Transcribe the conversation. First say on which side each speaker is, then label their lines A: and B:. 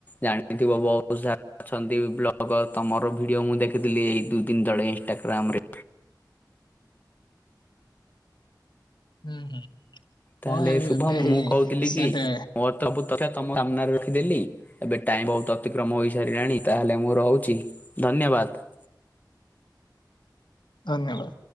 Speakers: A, on the left (about 25°); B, on the left (about 80°).
A: ଜାଣିଥିବ ବହୁତ ସାରା ଅଛନ୍ତି ବ୍ଲଗର ତମର ଭିଡିଓ ମୁଁ ଦେଖିଥିଲି ଏଇ ଦୁଇ ଦିନ ତଳେ। ଟେଗ୍ରାମରେ
B: ହୁଁ ହୁଁ।
A: ତାହେଲେ
B: କଣ
A: ଶୁଭମ
B: ଏବେ ହେଇ
A: ମୁଁ କହୁଥିଲି
B: ରିସେଣ୍ଟ
A: କି ମୋ ସବୁ ତଥ୍ୟ ତମ ସାମ୍ନାରେ ରଖିଦେଲି ଏବେ ଟାଇମ ବହୁତ ଅତିକ୍ରମ ହୋଇ ସାରିଲାଣି ତାହେଲେ ମୁଁ ରହୁଛି। ଧନ୍ୟବାଦ।
B: ଧନ୍ୟବାଦ।